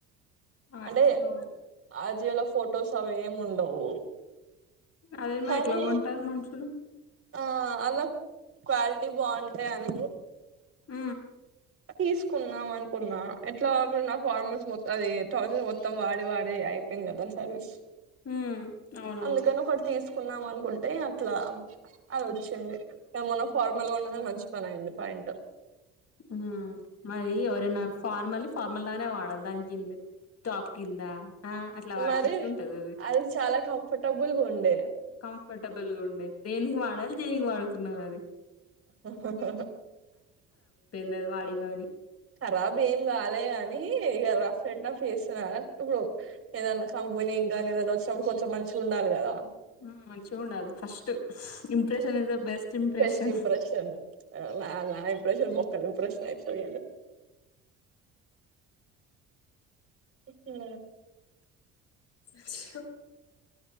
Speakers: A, on the left; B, on the right.
A: అయ్యో
B: అంటే ఆజీల ఫొటోస్ అవేమి ఉండవు
A: అదేమా
B: కానీ
A: ఎట్లా కొంటారు మనుషులు
B: ఆ అలా క్వాలిటీ బాగుంటాయి అని
A: ఉ
B: తీసుకున్నాం అనుకున్నా ఎట్లా నా ఫార్మల్స్ పోత్తది టస్ పోస్తాం వాడి వాడి అయిపోయింది కద దాని సర్వీస్
A: ఉమ్ అవునవును
B: అందుకని ఒకటి తీసుకు కున్నాం అనుకుంటే అట్లా అది వచ్చింది ఏమన్నా ఫార్మల్ గా కొన్నదే మంచి పని అయింది పాయింట్ ఇంటర్
A: ఉ మరి ఎవరన్నా ఫార్మల్ ఫార్ మళ్ళానే వాడాలి దాని కింద టాప్ కింద ఆ అట్లా వాడితే
B: మరి
A: ఎట్లుంటది
B: అది చాలా కంఫర్టబుల్గా ఉండే
A: కంఫర్టబుల్ గా ఉండే దేనికి వాడాలి దేనికి పాడుతున్నారు అది
B: ఆహా, హా హా!
A: లేదు, వాడి వాడి.
B: ఖరాబ్ ఏం గాలే గానీ, ఇగ రాఫెన్‌టాఫ్ జేస్తున్నారు గదా, ఇప్పుడు ఏదన్నా కంపెనీ. ఇంగానీ ఏదన్నా వచ్చినప్పుడు, కొంచెం మంచిగా ఉండాల గదా.
A: మ్మ్ మంచిగా ఉండాలి first impression is the best impression
B: best impression, నా నా ఇంప్రెషన్ బోత్. క్కలు ప్రశ్న అయిపోయింది. ఉమ్హు.
A: అయ్యో!